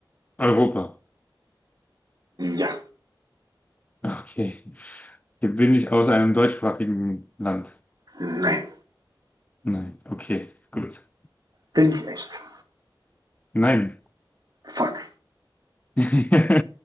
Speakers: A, on the left (about 20°); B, on the right (about 55°).
A: Europa?
B: ja,
A: <laughs> Okay. Okay, Bin ich aus einem deutschsprachigen Land?
B: nein.
A: Nein. Okay, gut.
B: Bin ich echt?
A: Nein.
B: Fuck.
A: <laughs>